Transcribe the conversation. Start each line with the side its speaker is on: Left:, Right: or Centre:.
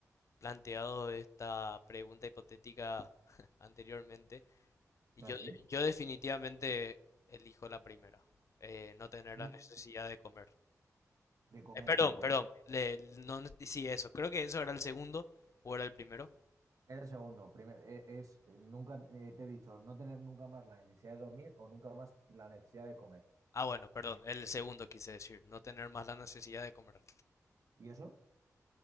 Left: planteado esta pregunta hipotética <laughs> anteriormente. Y
Right: ¿Ah,
Left: yo,
Right: sí?
Left: yo definitivamente elijo la primera. eh, no tener
Right: No,
Left: la necesidad de comer.
Right: de comer,
Left: Eh, perdón,
Right: ¿por
Left: perdón.
Right: qué?
Left: le- no, no- sí, eso. Creo que eso era el segundo o era el primero.
Right: Es el segundo. Primero, es, eh, nunca eh, te he dicho no tener nunca más la necesidad de dormir o nunca más la necesidad de comer.
Left: Ah, bueno, perdón. El segundo quise decir. No tener más la necesidad de comer.
Right: ¿Y eso?